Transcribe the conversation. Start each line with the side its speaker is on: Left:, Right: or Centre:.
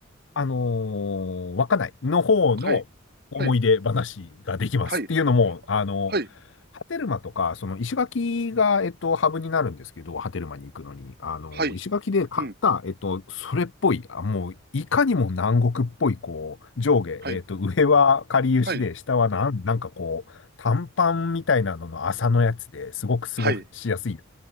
Left: あのー、稚内の方の思い出話ができます。
Right: はい、はい、はい、
Left: っていうのも、あの、
Right: はい、
Left: 波照間とか、その石垣が、えっと、ハブになるんですけど、波照間に行くのに、あの、
Right: はい、
Left: 石垣で買った、
Right: うん、
Left: えっと、それっぽい、あもう、いかにも南国っぽい、こう、上下、えっと、
Right: はい、
Left: 上はかりゆしで、
Right: はい、
Left: 下はなん、なんかこう、短パンみたいなのの麻のやつですごく過ごしやすい
Right: はい、